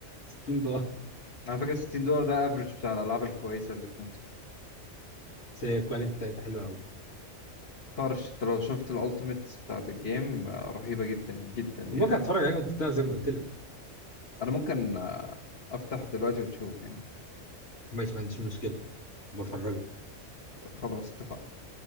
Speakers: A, on the left; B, on the left.
A: 60
B: على فكره 60 دولار ده افريج بتاع الالعاب الكويسه اللي بتنزل
A: بس هي الكواليتي بتاعتها حلوه قوي
B: طرش انت لو شفت الالتيميت بتاعت الجيم آه، رهيبه جدا جدا يعني
A: ممكن اتفرج عليها كنت بتعرف زي ما قلت لك
B: انا ممكن آه، افتح دلوقتي وتشوف يعني
A: ماشي ما عنديش مشكله بفرجك
B: خلاص اتفقنا